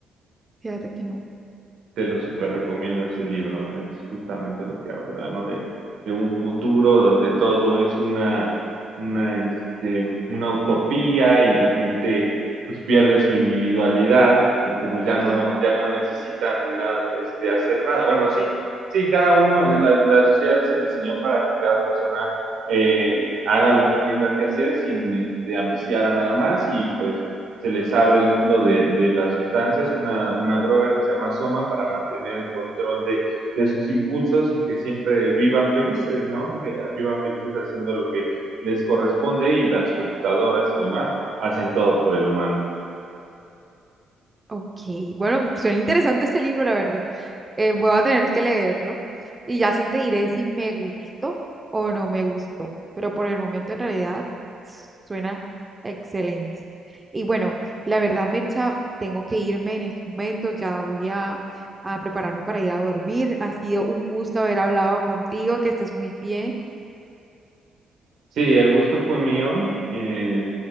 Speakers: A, on the right; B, on the right.
A: fíjate que no.
B: te lo súper recomiendo ese libro. Es justamente lo que habla, ¿no? De, de un futuro donde todo es una, una, este, una utopía y la gente pues pierde su individualidad porque pues
A: Ok,
B: ya no, ya no necesitan nada, este, hacer nada. Bueno, sí, sí, cada uno, eh, la, la sociedad se diseñó para que cada persona eh, haga lo que tenga que hacer sin este, ambiciar a nada más y pues se les abre el mundo de, de las sustancias, una, una, droga que se llama soma para mantener el control de, de, sus impulsos y que siempre vivan felices, ¿no? Que vivan felices haciendo lo que les corresponde y las computadoras y demás hacen todo por el humano.
A: Ok, bueno, suena interesante ese libro, la verdad. Eh, voy a tener que leerlo y ya sí te diré si me gustó o no me gustó, pero por el momento en realidad suena excelente. Y bueno, la verdad, Mircha, tengo que irme en estos momentos, ya voy a, a prepararme para ir a dormir. Ha sido un gusto haber hablado contigo, que estés muy bien.
B: Sí, el gusto fue mío eh,